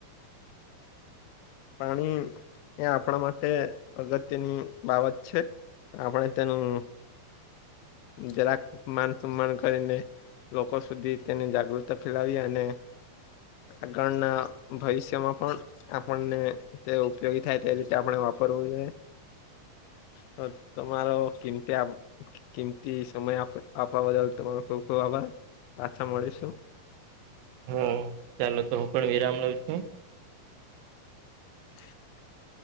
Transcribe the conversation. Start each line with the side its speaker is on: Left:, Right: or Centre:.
Left: <inaudible> પાણી એ આપણા માટે અગત્યની બાબત છે. આપણે તેનું જરાક માન સન્માન કરીને લોકો સુધી તેને જાગૃતતા ફેલાવી અને આગળના ભવિષ્યમાં પણ આપણને તે ઉપયોગી થાય તે રીતે આપણે વાપરવું જોઈએ તો તમારો કિંમતે કિંમતી સમય આપવા બદલ તમારો ખૂબ ખૂબ આભાર પાછા મળીશું.
Right: હ ચાલો તો હું પણ વિરામ લઉં છું.
Left: <inaudible>